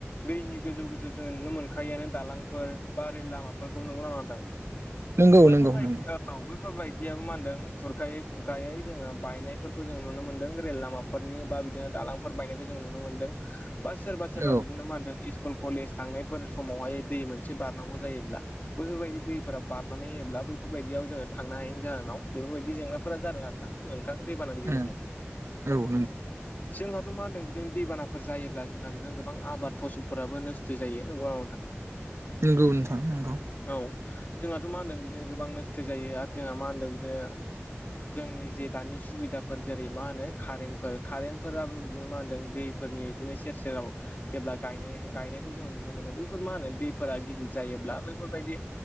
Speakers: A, on the left (about 40°); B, on the right (about 70°).
A: दैनि गोजौ गोजौ जोङो नुनो मोनखायआानो दालांफोर बा रेल लामाफोरखौ नोंगौ नोंगौना नङा नोंथां
B: नंगौ
A: बैफोरबायदि
B: नंगौ नंगौ
A: औ बेैफोरबायायदियाबो मा होनदों खुरखायै खुरखायै जोङो बायनायफोरखौ जोङो नुनो मोन्दों रेल लामा नि बा बिदिनो दालांफोर बायनायखौ जों नुनो मोनदों बा सोरबा सोरबा
B: औ
A: बिदिनो मा होनदों स्कुल कलेज थांनायफोर समावहाय दै मोनसे बारनांगौ जायोब्ला बैफोरबायदि दैफोरा बारनानै हो अब्ला बैफोरबायदियाव जोङो थांनो हायैनि जाहोनाव बेफोरबायदि जेंनाफोरा जादों आरो ना नोंथां दैबानानि गेजेरजों
B: उम औ नंगौ
A: जोंहाथ' मा होनदों बिदिनो दैबानाफोर जायोब्ला जोंहा बिदिनो गोबां आबाद फसलफोराबो नस्थ' जायो नंगौ नङा नोंथां <inaudible>
B: नंगौ नोंथां नंगौ
A: औ जोंहाथ' मा होनदों बिदिनो गोबां नोस्थो जायो आरो जोंहा मा होनदों बिदिनो जोंनि जे दानि सुबिदाफोर जेरै मा होनो कारेन्टफोर कारेेनटफोराबो बिदिनो मा होनदों दै फोरनि इदिनो सेर सेराव जेब्ला गायनाय गायनायखौ जोंङो नुनो मोनो बैफोर मा होनो दैफोरा गिदिर जायोब्ला बैफोरबायदि